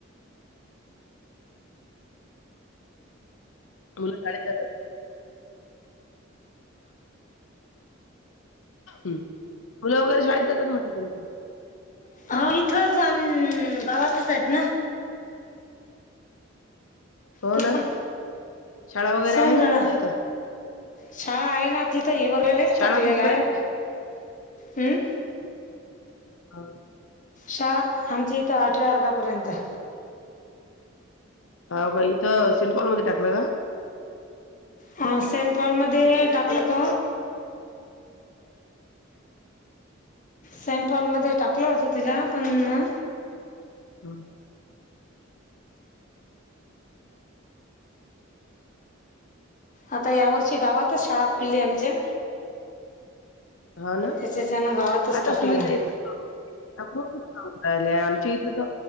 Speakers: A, on the left; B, on the left.
A: मुलं शाळेत जातात? मुलं वगैरे शाळेत जातात म्हंटलं तुमची.
B: हं इथंच अं गावातचायतना.
A: होना
B: तो पण
A: शाळा वगैरे
B: सौंदळा
A: आहे मग तुमच्या इथ?
B: शाळा आहे ना तिथं इवरलेलेच
A: शाळा
B: टाकलेलाय
A: कुठपर्यंत
B: हाय
A: आहे?
B: हं.
A: हा.
B: शाळा हामच्या इथं आठव्या वर्गापर्यंताय.
A: हां ओका इथं सेंटपॉल मध्ये टाकलं का?
B: हां सेंटपॉल मध्ये टाकलंत. सेंट्रॉल मध्ये टाकलं होत तिला पनना
A: लोन
B: आता यावर्षी गावातच शाळा खुल्ली आमच्या.
A: हांना
B: त्याच्याच्यानं गावातच
A: आता
B: टाकलं
A: सुविधा
B: मग
A: येत <inaudible> कायलय आमची इतत